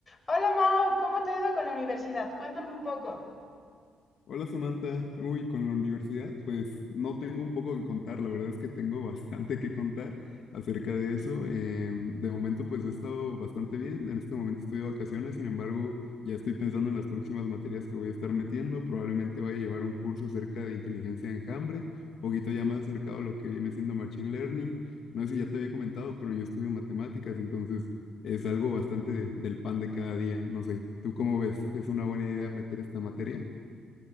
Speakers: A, on the left; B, on the left.
A: Hola Mau, ¿cómo te ha ido con la universidad? Cuéntame un poco.
B: Hola Samantha, uy, con la universidad, pues no tengo un poco que contar, la verdad es que tengo <laughs> bastante que contar acerca de eso. Em, de momento pues he estado bastante bien, en este momento estoy de vacaciones, sin embargo ya estoy pensando en las próximas materias que voy a estar metiendo, probablemente vaya a llevar un curso acerca de inteligencia de enjambre, un poquito ya más acercado a lo que viene siendo Machine Learning. No sé si ya te había comentado, pero yo estudio matemáticas, entonces es algo bastante de- del pan de cada día, no sé, ¿tú cómo ves? ¿Es una buena idea meter esta materia?